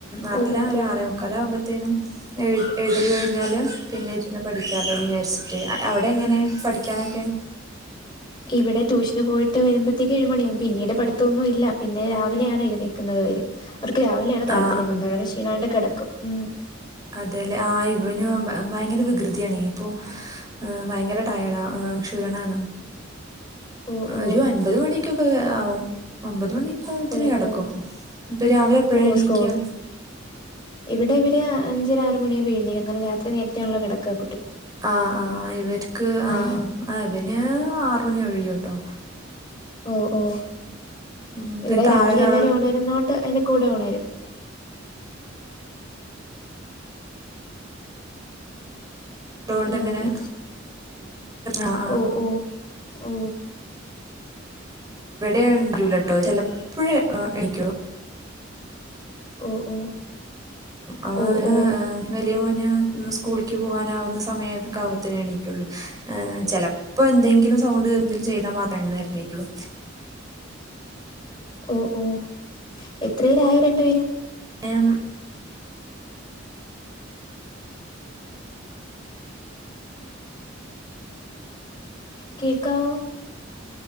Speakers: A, on the right; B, on the left.
A: ആളല്ല,
B: ഓ
A: ഒര്
B: ഓ
A: ആറേ മുക്കലാവ്മ്പ നും എഴ് എഴുതൽ കഴിഞ്ഞാൽ പിന്നെ ഇരുന്ന് പഠിക്കാലോന്ന് വിചാരിച്ച് അ അവിടെ എങ്ങനെ പഠിക്കാനൊക്കെ?
B: ഇവിടെ ട്യൂഷന് പോയിട്ട് വരുമ്പഴത്തേക്ക് ഏഴ് മണിയാകും, പിന്നീട് പഠിത്തൊന്നും ഇല്ല, പിന്നെ രാവിലെയാണ് എഴുന്നേൽ വര്. അവർക്ക് രാവിലെയാണ് താത്പര്യം.
A: ആ
B: വന്ന ഉടനെ ക്ഷീണായിട്ട് കടക്കും. ഉം.
A: അതെലെ. ആ ഇവനു ഭയങ്കര വികൃതിയാണേ ഇപ്പോ ഭയങ്കര ടയേർഡാ ക്ഷീണാണ്.
B: ഓ ഓ
A: ഒരു ഒമ്പത് മണിക്കൊക്കെ ആവും. ഒമ്പ ത്തിനാകടക്കും.
B: ഓ ഓ
A: ഇപ്പൊ രാവിലെ എപ്പഴാ
B: ഓ
A: എണീക്കാ?
B: സ്കൂൾ ഇവിടെ ഇവര് അഞ്ചര ആറ് മണിയാവുമ്പൊ എഴുന്നേൽക്കും. കാരണം രാത്രി നേരത്തെയാണല്ലോ കെടക്ക
A: ആ ആ ഇവർക്ക് ആ
B: ആഹ്
A: ആ ഇവന്... ആറ് മണി കഴുയുട്ടോ.
B: ഓ ഓ
A: ഉം,
B: ഇവിടെ
A: പിന്നെ താഴെ
B: രാവിലെ
A: ഒരാളുള്ളതുകൊണ്ട്
B: എല്ലരും ഒണരുന്നോണ്ട് അതിന്റെ കൂടെ ഒണരും.
A: ട്ടൊണ്ട്ങ്ങനെ
B: ആഹ് പി
A: ആ ആ
B: ഓ ഓ ഓ
A: വിടെയൊണരൂലട്ടോ ചിലപ്പോഴേ എണിക്കോ
B: ഓ ഓ
A: അവന്
B: ഓ
A: വലിയ മോന് സ്കൂളിക്ക് പോകാനാവുന്ന സ സമയക്കാവുമ്പത്തിനേ എണീക്കുള്ളൂ ചെലപ്പോ എന്തെങ്കിലും സൗണ്ട് എന്തെലും ചെയ്താ മാത്രാണ് നേരത്തെ ണീക്കൊള്ളു
B: ഓ ഓ എത്രേലായി രണ്ടു പേരും
A: എം
B: കേക്കാവോ?